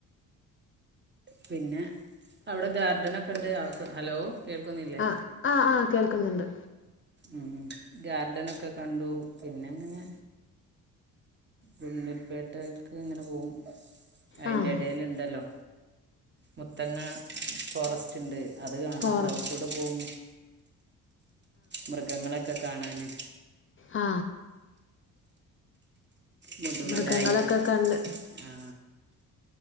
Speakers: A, on the right; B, on the left.
A: പിന്നെ അവിടെ ഗാർഡനൊക്കെ ണ്ട്. അ ഹലോ കേൾക്കുന്നില്ലേ
B: ആ ആഹ് ആ കേൾക്കുന്നുണ്ട്
A: ഉം ഗാർഡനൊക്കെ കണ്ടു പിന്നെങ്ങനെ ഗുണ്ടൽപേട്ടെക്ക് ഇങ്ങനെ പോവും അയിന്റെ
B: ആഹ്
A: എടെൽ ഇണ്ടല്ലോ മുത്തങ്ങ ഫോറസ്റ്റ് ഇണ്ട് അത് കാണാ
B: ഫോറസ്റ്റ്
A: ഫോറസ്റ്റ്ലൂടെ പോ ഉം മൃഗങ്ങളൊക്കെ കാണാന്
B: ആ
A: മുതുമലായി
B: മൃഗങ്ങളൊക്കെ കണ്ട്
A: ആ